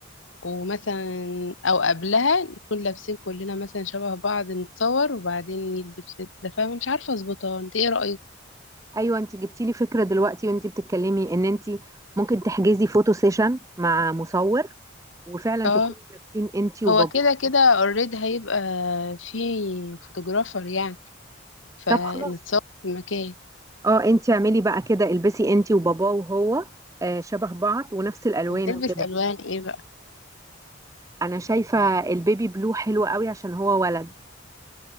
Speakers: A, on the left; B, on the right.
A: ومثلا أو قبلها نكون لابسين كلنا مثلا شبه بعض نتصور وبعدين يلبس لبس ده فاهمة مش عارفة أظبطها أنت إيه رأيك؟
B: ايوه انتي جبتي لي فكره دلوقتي وانتي بتتكلمي ان انتي ممكن تحجزي فوتو سيشن مع مصور وفعلا
A: اه
B: تكونوا لابسين انتي وباباه
A: هو كده كده اوريدي هيبقى في فوتوغرافر يعني فنتصور
B: طب خلاص
A: في مكان
B: اه انتي اعملي بقى كده البسي انتي وباباه وهو آه، شبه بعض ونفس الالوان
A: طب نلبس
B: وكده
A: ألوان إيه بقى؟
B: انا شايفه البيبي بلو حلو قوي عشان هو ولد